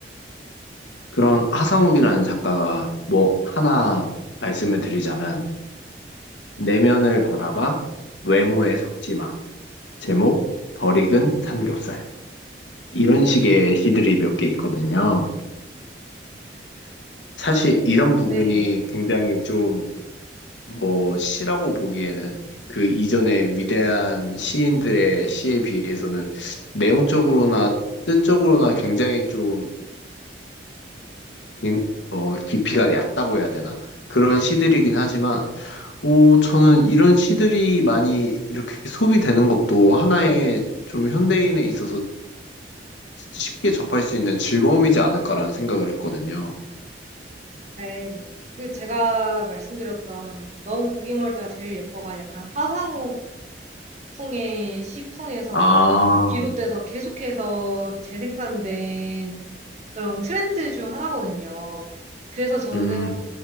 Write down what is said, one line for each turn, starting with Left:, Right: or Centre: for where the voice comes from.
Left: 그런 하상욱이라는 작가가 뭐 하나 말씀을 드리자면, 내면을 바라봐, 외모에 속지 마. 제목, 덜 익은 삼겹살. 이런 식의 시들이 몇 개 있거든요. 사실
Right: 그,
Left: 이런 부분이
Right: 네,
Left: 굉장히 좀 뭐 시라고 보기에는 그 이전의 위대한 시인들의 시에 비해서는 내용적으로나 뜻적으로나 굉장히 좀 긴- 어, 깊이가 얕다고 해야 되나? 그런 시들이긴 하지만 오 저는 이런 시들이 많이 이렇게 소비되는 것도 하나의 좀 현대인에 있어서 쉽게 접할 수 있는 즐거움이지 않을까라는 생각을 했거든요.
Right: 네. 그 제가 말씀드렸던 넌 고기 먹을 때가 제일 예뻐가 약간 하상우 북풍에 시풍에서
Left: 아,
Right: 비롯돼서 계속해서 재생산된 그런 트렌드 중 하나거든요. 그래서 저는
Left: 음,